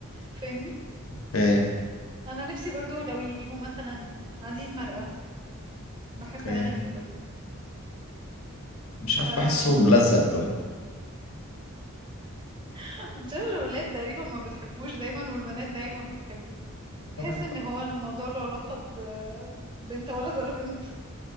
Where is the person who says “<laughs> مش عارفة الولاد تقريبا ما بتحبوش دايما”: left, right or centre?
Right